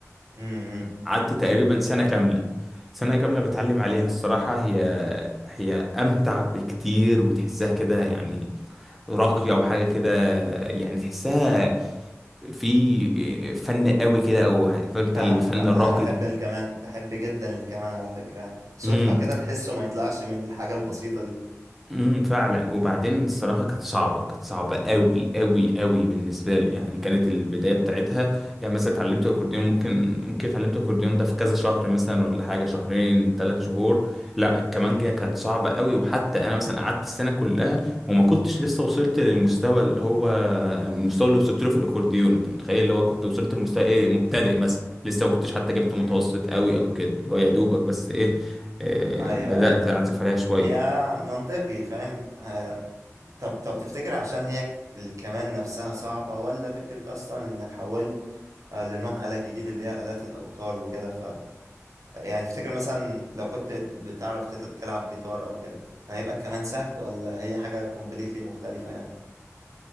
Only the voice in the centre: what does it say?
قعدت تقريبا سنة كاملة سنة كاملة بتعلم عليها الصراحة هي هي امتع بكتير وتحسها كده يعني راقية وحاجة كده يعني تحسها في فن قوي كده او فهمت
الفن
الراقي
امم
امم فعلا وبعدين الصراحه كانت صعبه كانت صعبه قوي قوي قوي بالنسبه لي يعني كانت البدايه بتاعتها يعني مثلا اتعلمت اكورديون ممكن ممكن اتعلمت اكورديون ده في كذا شهر مثلا ولا حاجه شهرين ثلاث شهور لا الكمانجه
كانت صعبه قوي وحتى انا مثلا قعدت السنه كلها وما كنتش لسه وصلت للمستوى اللي هو المستوى اللي وصلت له في الاكورديون انت متخيل اللي هو كنت وصلت لمستوى ايه مبتدئ مثلا لسه ما كنتش حتى جبت
متوسط قوي او كده اللي هو يا دوبك بس ايه آه،
بدأت
أعزف عليها شوية